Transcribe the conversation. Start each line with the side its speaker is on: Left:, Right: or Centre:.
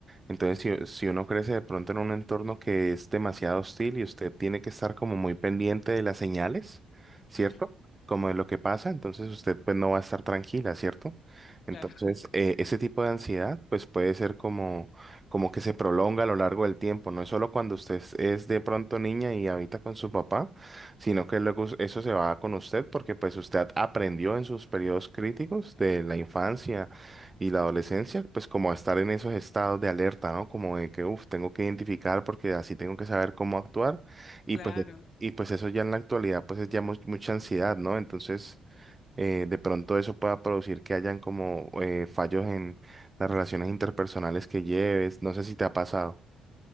Right: Entonces,
Left: Ujú,
Right: si, si uno crece de pronto en un entorno que es demasiado hostil y usted tiene que estar como muy pendiente de las señales, ¿cierto?
Left: ujú,
Right: Como de lo que pasa, entonces usted pues no va a estar tranquila, ¿cierto? Entonces,
Left: claro, <laughs>
Right: eh, ese tipo de ansiedad pues puede ser como, como que se prolonga a lo largo del tiempo, no es solo cuando usted es es de pronto niña y habita con su papá, sino que luego eso se va con usted porque pues usted aprendió en sus periodos críticos de la infancia y la adolescencia, pues como a estar en esos estados de alerta, ¿no? Como de que, uff, tengo que identificar porque así tengo que saber cómo actuar. Y
Left: claro.
Right: pues, y pues eso ya en la actualidad, pues es ya mu- mucha ansiedad, ¿no? Entonces, eh, de pronto eso pueda producir que hayan como eh, fallos en las relaciones interpersonales que lleves. No sé si te ha pasado.